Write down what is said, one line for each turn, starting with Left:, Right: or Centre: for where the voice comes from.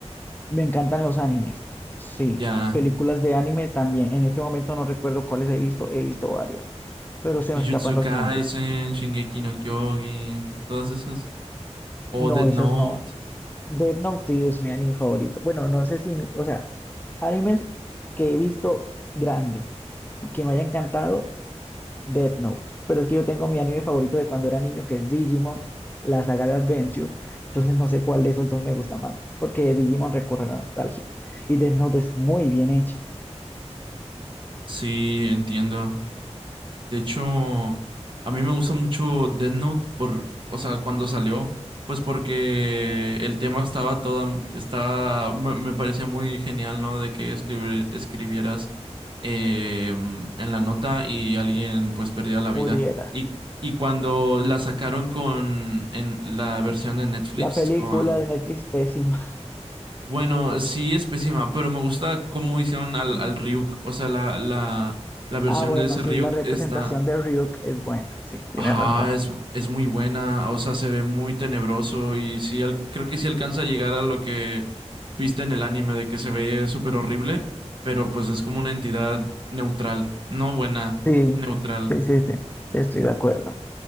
Left: Me encantan los animes. Sí,
Right: Ya,
Left: películas de anime también. En este momento no recuerdo cuáles he visto, he visto varias, pero se me
Right: Jujutsu
Left: escapan los
Right: Kaisen,
Left: nombres.
Right: Shingeki no Kyojin, todas esas. O
Left: No,
Right: Death
Left: esas
Right: Note.
Left: no. Death Note sí es mi anime favorito. Bueno, no sé si, mi- o sea, animes que he visto grande y que me haya encantado, Death Note. Pero es que yo tengo mi anime favorito de cuando era niño, que es Digimon, la saga de Adventure. Entonces no sé cuál de esos dos me gusta más, porque Digimon recurre a la nostalgia y Death Note es muy bien hecha.
Right: Sí, entiendo. De hecho, a mí me gusta mucho Death Note por, o sea, cuando salió, pues porque el tema estaba toda, estaba, me, me parecía muy genial, ¿no? De que escribir- escribieras eh, en la nota y alguien pues perdía la vida.
Left: muriera.
Right: Y, y cuando la sacaron con, en la versión de Netflix
Left: La película
Right: con,
Left: de Netflix pésima.
Right: bueno, sí es pésima, pero me gusta cómo hicieron al,
Left: Mm.
Right: al Ryuk, o sea, la, la, la versión
Left: Ah, bueno,
Right: de ese
Left: sí,
Right: Ryuk
Left: la representación
Right: está...
Left: de Ryuk es buena, sí, tienes
Right: Ajá,
Left: razón.
Right: es, es muy buena, o sea, se ve muy tenebroso y sí, al- creo que sí alcanza a llegar a lo que viste en el anime de que se ve súper horrible, pero pues es como una entidad neutral, no buena,
Left: Sí,
Right: neutral.
Left: sí, sí, sí, estoy de acuerdo.